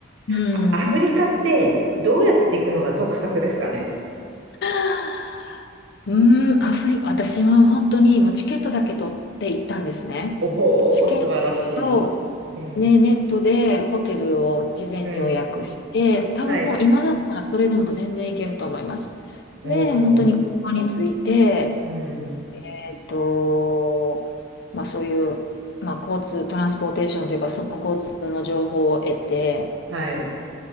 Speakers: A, on the left; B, on the right.
A: うん。
B: あアフリカって、どうやって行くのが得策ですかね。
A: <laughs> うーん、アフリカ、私は本当にもうチケットだけ取って行ったんですね。
B: おおー、
A: チケット、
B: 素晴らしい。うん。
A: ね、ネットでホテルを事前に予約して、
B: うん。
A: 多分もう今だったらそれでも全然行けると思います。
B: はい。おー。
A: で、本当に空港に着いて、
B: うん。
A: えっと、まあそういう、まあ交通、トランスポーテーションというか、その交通の情報を得て、
B: はい。